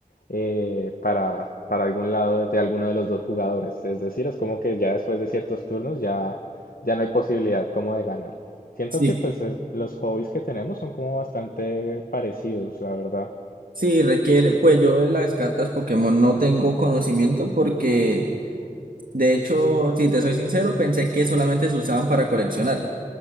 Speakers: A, on the left (about 85°); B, on the right (about 75°).
A: eh, para, para algún lado de alguno de los dos jugadores. Es decir, es como que ya después de ciertos turnos ya, ya no hay posibilidad como de ganar. Siento
B: Sí,
A: que pues es- los hobbies que tenemos son como bastante parecidos, la verdad.
B: sí, requiere, pues yo de las cartas Pokémon no tengo conocimiento porque, de hecho, si te soy sincero, pensé que solamente se usaban para coleccionar.